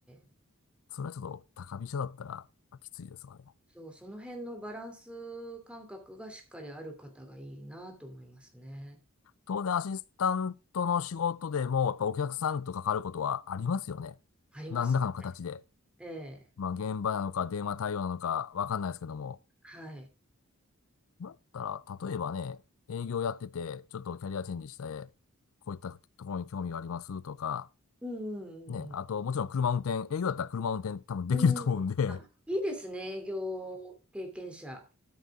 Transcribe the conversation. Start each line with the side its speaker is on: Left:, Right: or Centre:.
Centre: え。
Left: それはちょっと高飛車だったらきついですわね。
Centre: そう、その辺のバランス感覚がしっかりある方がいいなと思いますね。
Left: 当然アシスタントの仕事でも、やっぱお客さんと関わることはありますよね。
Centre: ありますね。
Left: 何らかの形で。
Centre: ええ。
Left: まあ、現場なのか、電話対応なのか、わかんないですけども。
Centre: はい。
Left: だったら、例えばね、営業やってて、ちょっとキャリアチェンジして、こういったところに興味がありますとか、
Centre: うんうんうん
Left: ね、あと、もちろん車運転、営業だったら車運転多分できると思うんで、
Centre: うん。うん。あ、
Left: <laughs>
Centre: いいですね、営業経験者。